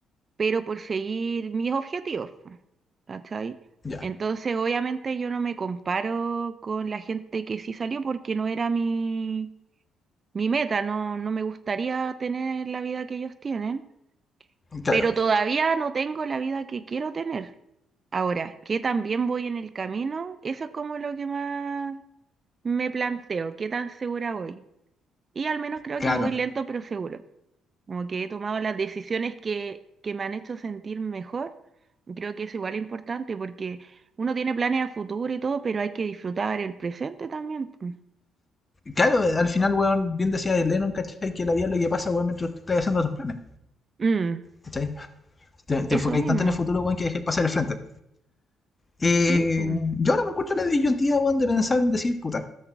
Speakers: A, on the right; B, on the left.
A: pero por seguir mis objetivos, po, ¿cachai?
B: Ya,
A: Entonces, obviamente yo no me comparo con la gente que sí salió porque no era mi, mi meta, no, no me gustaría tener la vida que ellos tienen,
B: claro,
A: pero todavía no tengo la vida que quiero tener. Ahora, que también voy en el camino, eso es como lo que más me planteo, qué tan segura voy. Y al menos creo
B: claro.
A: que voy lento pero seguro. Como que he tomado las decisiones que, que me han hecho sentir mejor. Creo que es igual importante porque uno tiene planes a futuro y todo, pero hay que disfrutar el presente también. pues.
B: Claro, al final, weón, bien decía Lennon, ¿cachai? Que la vida es lo que pasa, weón, mientras tú estás haciendo tus planes.
A: Mm,
B: ¿Cachai? Te, te
A: eso
B: enfocáis
A: mismo.
B: tanto en el futuro, weón, que dejéis pasar el frente. Eh,
A: Sí, pues.
B: yo ahora me encuentro la disyuntiva, weón, de pensar en decir, puta,